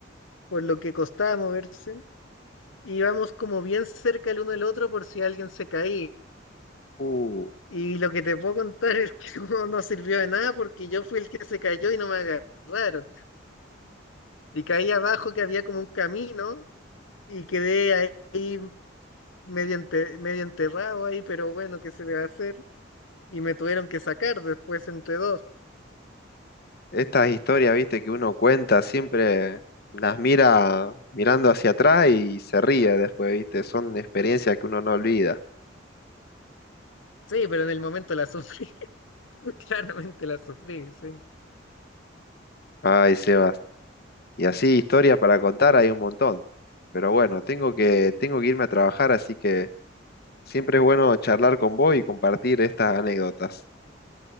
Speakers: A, on the left; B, on the left.
A: por lo que costaba moverse. íbamos como bien cerca el uno del otro por si alguien se caía.
B: Uh,
A: Y lo que te puedo contar es que <laughs> no, no sirvió de nada porque yo fui el que se cayó y no me agarraron. Y caí abajo que había como un camino y quedé ahí medio, ente- medio enterrado ahí, pero bueno, ¿qué se le va a hacer? Y me tuvieron que sacar después entre dos.
B: Estas historias, viste, que uno cuenta, siempre las mira mirando hacia atrás y se ríe después, viste, son experiencias que uno no olvida.
A: Sí, pero en el momento la sufrí, <laughs> claramente la sufrí, sí.
B: Ay, Sebas. Y así historias para contar hay un montón. Pero bueno, tengo que, tengo que irme a trabajar, así que siempre es bueno charlar con vos y compartir estas anécdotas.